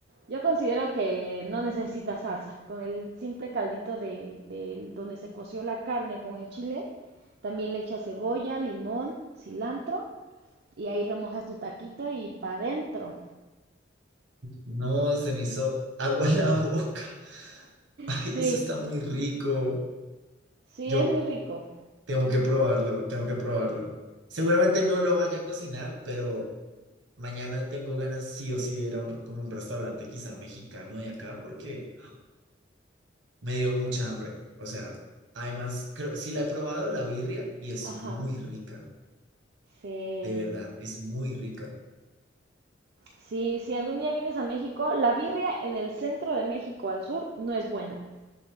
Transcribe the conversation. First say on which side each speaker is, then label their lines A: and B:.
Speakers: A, on the right; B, on the right.
A: Yo considero que no necesita salsa, con el simple caldito de, de donde se coció la carne con el chile, también le echas cebolla, limón, cilantro y ahí remojas tu taquito y pa' dentro.
B: No, se me hizo agua en la boca. <laughs> Ay,
A: Sí,
B: eso está muy rico.
A: sí,
B: Yo
A: es muy rico.
B: tengo que probarlo, tengo que probarlo. Seguramente no lo vaya a cocinar, pero mañana tengo ganas sí o sí de ir a un, re- como un restaurante quizá mexicano de acá porque <gasps> me dio mucha hambre. O sea, además, creo, sí la he probado, la birria, y es
A: Ajá,
B: muy rica.
A: sí.
B: De verdad, es muy rica.
A: Si, si algún día vienes a México, la birria en el centro de México al sur no es buena.